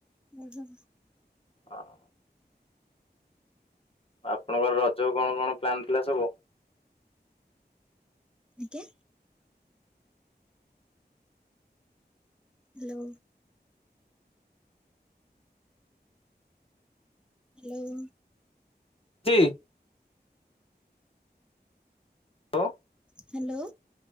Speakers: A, in the centre; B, on the left.
A: ଆଜ୍ଞା।
B: ହଁ। ଆପଣଙ୍କର ରଜ କୁ କଣ କଣ ପ୍ଲାନ୍ ଥିଲା ସବୁ?
A: ଆଜ୍ଞା ହ୍ୟାଲୋ। ହ୍ୟାଲୋ
B: ତି ହ
A: ହ୍ୟାଲୋ